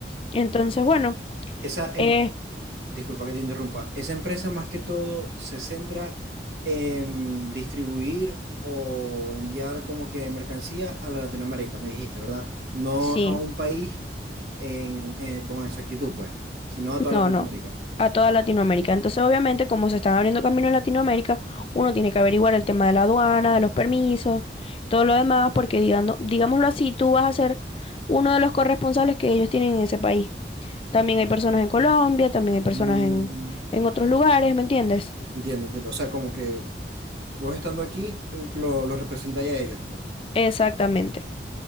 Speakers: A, on the left (about 30°); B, on the right (about 70°).
A: Entonces, bueno,
B: Esa, em-
A: eh,
B: disculpa que te interrumpa, esa empresa más que todo se centra en distribuir o enviar como que mercancía a la Latinoamérica, me dijiste, ¿verdad? No
A: sí.
B: a un país en, en- con exactitud, pues, sino a toda
A: No,
B: Latinoamérica.
A: no, a toda Latinoamérica. Entonces, obviamente, como se están abriendo caminos en Latinoamérica, uno tiene que averiguar el tema de la aduana, de los permisos, todo lo demás, porque digando- digámoslo así, tú vas a ser uno de los corresponsales que ellos tienen en ese país. También hay personas en Colombia, también hay personas
B: Mm,
A: en, en otros lugares, ¿me entiendes?
B: entiendo, entiendo. O sea, como que Vos estando aquí, eh, lo, lo representáis a ellos, pues.
A: Exactamente.